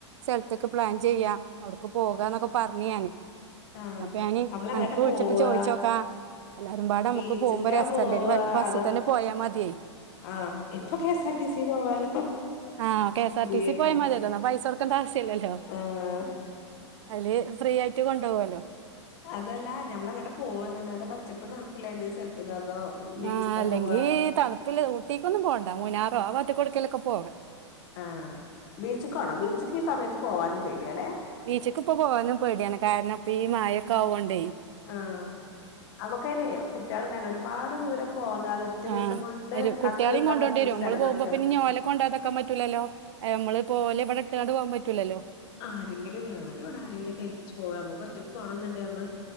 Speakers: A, on the right; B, on the left.
A: സല്ത്ത്ക്ക് പ്ലാൻ ചെയ്യാ അവട്ക്ക് പോകാന്നൊക്കെ പറ്ഞ്ഞ് ഞാന്
B: ആഹ്
A: അപ്പ ഞാന്
B: നമ്മള് എങ്ങട്ടാ
A: അന്ക്ക് വിള്ച്ചിട്ട്
B: പോവാ
A: ചോയിച്ചോക്കാ എല്ലാരുപാടെ അമ്മക്ക്
B: ബീച്ച്ക്കാ
A: പോവുമ്പോ രസല്ലേ
B: പോവാ
A: ഒര് വ ബസ്സ്ത്തന്നെ
B: അതോ
A: പോയാ മതിയെ
B: ആഹ് ഇപ്പൊ K S R T C പോവാലോ
A: ആഹ് K S R
B: free
A: T C
B: ആയിക്കാണ്ട്
A: പോയാ മതിയല്ലോന്നാ പൈസൊട്ക്കണ്ടെ ആവശ്യല്ലല്ലോ
B: ആഹ്
A: അയില് ഫ്രീയായിട്ട് കൊണ്ടോവല്ലോ
B: അതല്ലാ ഞമ്മളെങ്ങട്ടാ പോവ്ന്നന്ന് നല്ല പച്ചപ്പും തണ്പ്പ്ള്ളേതെ സ്ഥലത്ത്ക്കോ അതോ ബീച്ച്ക്കാ
A: ആഹ് അല്ലെങ്കി
B: പോവാ
A: തണുപ്പില്ലെ ഊട്ടിക്കൊന്നും പോണ്ടാ മുനാറോ ആ ഭാത്ത്ക്ക് എവട്ക്കേലൊക്കെ പോവാ
B: ആഹ് ബീച്ച്ക്കോണോ ബീച്ച്ക്ക് ഈ സമയത്ത് പോവാനും പേടിയാല്ലെ
A: ബീച്ച്ക്ക്പ്പം പോവാനും പേടിയാണ് കാരണം ഇപ്പ ഈ മഴൊക്കെ ആവോണ്ടെ
B: ആഹ് അമ്മക്കയിനെ കുട്ട്യാള്ണ്ടായോണ്ട് ഒരുപാട് ദൂരം പോകാതെ ഒറ്റ
A: ആഹ്
B: ദിവസം കൊണ്ട്
A: എരു കുട്ട്യാളീം
B: കണ്ട് തീർക്കാൻ
A: കൊണ്ടോണ്ട്യേരും
B: പറ്റിയൊരു
A: അമ്മള്
B: സ്ഥലം
A: പോവുമ്പം
B: നോക്കിയാലോ
A: പിന്നെ ഇഞ്ഞ് ഓലെ കൊണ്ടാവാതെ ക്കാൻ പറ്റൂല്ലല്ലോ ഏഹ് അമ്മള്പ്പോലെ ഇവടെ ഇട്ട്ക്കാണ്ട് പോവാ പറ്റൂല്ലല്ലോ
B: ആരെങ്കിലും ഞാന് ഇവടെ ആരേങ്കിലൊക്കെ ഏൽപ്പിച്ച് പോവാ അമ്മക്ക് ഒറ്റക്ക് പോണന്ന്ണ്ടെ ഞമ്മള്